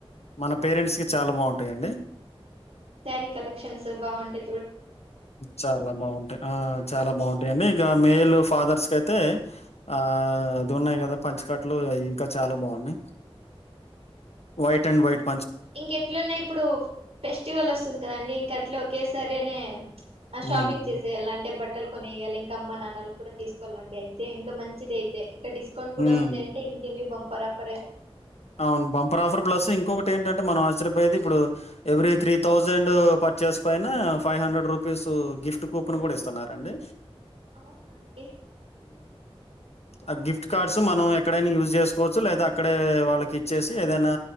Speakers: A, on the left (about 85°); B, on the right (about 75°).
A: మన పేరెంట్స్ కి చాలా బావుంటాయి అండి
B: శ్యారీ కలెక్షన్స్ బావుంటే
A: చాలా బావుంటాయి ఆ చాలా బావుంటాయి అండి ఇంకా మేయిల్ ఫాదర్స్ క అయితే ఆ ఇది ఉన్నాయి కదా పంచికట్లు ఇంకా చాలా బావుఉన్నాయి వయిట్ అండ్ వయిట్
B: ఇంకెట్లు ఉన్నాయి ఇప్పుడు ఫెస్టివల్ వస్తుంది కద అండి ఇంక అట్లా ఒకేసారి అనే ఆ
A: హ్మ్.
B: షాపింగ్ చేసేయాల్ల అంటే బట్ బట్టలు కొనేయాలి ఇంకా అమ్మ నాన్నలు కూడా తీసుకోవలఅండి అయితే ఇంకా మంచిది అయితే ఇంక డిస్కౌంట్
A: హ్మ్.
B: కూడా ఉంది అంటే ఇంకేమి బంపర్ ఆఫరే
A: అవును బంపర్ ఆఫర్ ప్లేస్
B: సో
A: ఇంకొ బకటి ఏమ్ టమ్ ట్ మనం ఆశ్చయపోయేది ఇప్పుడు ఎవ్రీ త్రీ థౌజండ్ పర్చేస్ పైన five hundred rupees gift coupon గుడా ఇస్తున్నార్ అండి
B: అవునండి ఆ
A: అ గిఫ్ట్ కార్డ్స్ మనం ఎక్కడైనా యూజ్ చేసుకోవచ్చు లేదా అక్కడే వాళ్ళకి ఇచ్చేసి ఏదైనా